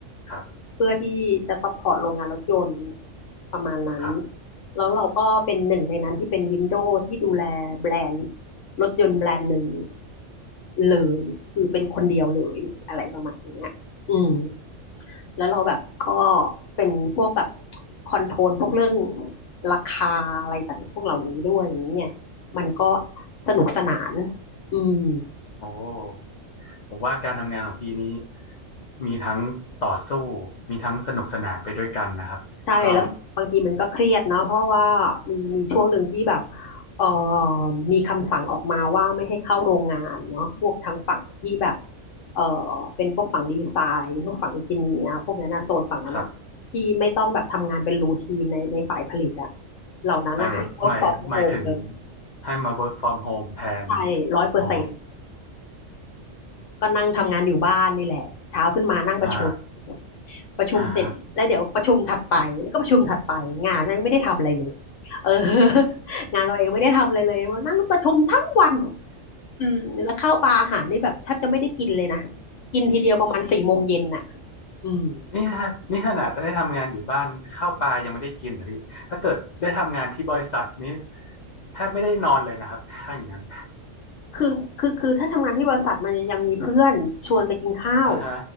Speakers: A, on the left; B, on the left.
A: ครับ
B: เพื่อที่จะซัพพอร์ตโรงงานรถยนต์ประมาณนั้น
A: ครับ
B: แล้วเราก็เป็นหนึ่งในนั้นที่เป็นวินโดว์ที่ดูแลแบรนด์รถยนต์แบรนด์หนึ่งเลยคือเป็นคนเดียวเลยอะไรประมาณเนี้ย
A: อืม
B: อืมแล้วเราแบบก็เป็นพวกแบบคอนโทรลพวกเรื่องราคาอะไรต่างๆพวกเหล่านี้ด้วยอย่างเงี้ยมันก็
A: อืม
B: สนุกสนานอืม
A: โอ้ ผมว่าการทำงานของพี่นี้มีทั้งต่อสู้ มีทั้งสนุกสนานไปด้วยกันนะครับ
B: ใช่แล้วบางทีมันก็เครียดเนาะเพราะว่ามีมีช่วงหนึ่งที่แบบ
A: ก็
B: เอ่อมีคำสั่งออกมาว่าไม่ให้เข้าโรงงานเนาะพวกทางฝั่งที่แบบเอ่อเป็นพวกฝั่งดีไซน์พวกฝั่งอินจิเนียร์พวกนั้นนะโซนฝั่งนั้นนะที่ไม่ต้องแบบทำงานเป็นรูทีนในในฝ่ายผลิตอะ
A: ครับ
B: เหล่านั้นนะให้
A: หมายหมายหมายถึง
B: work from home เลย
A: ให้มา work from home แทน
B: ใช่ร้อยเปอร์เซ็นต์
A: อ๋อ
B: ก็นั่งทำงานอยู่บ้านนี่แหละเช้าขึ้นมานั่งประชุม
A: ฮะ
B: ประชุมเสร็จแล้วเดี๋ยวประชุมถัดไปแล้วก็ประชุมถัดไปงานแม่งไม่ได้ทำอะไรเลย
A: <laughs>
B: เออ <laughs> งานเราเองไม่ได้ทำอะไรเลยมานั่งประชุมทั้งวันอืมแล้วข้าวปลาอาหารนี่แบบแทบจะไม่ได้กินเลยนะกินทีเดียวประมาณสี่โมงเย็นน่ะอืม
A: นี่ฮะนี่ขนาดได้ทำงานอยู่บ้านข้าวปลายังไม่ได้กินนะพี่ถ้าเกิดได้ทำงานที่บริษัทนี้แทบไม่ได้นอนเลยนะครับถ้าอย่างนั้น
B: คือคือคือถ้าทำงานที่บริษัทมันยังมีเพื่อนชวนไปกินข้าว
A: <laughs> อ่าฮะ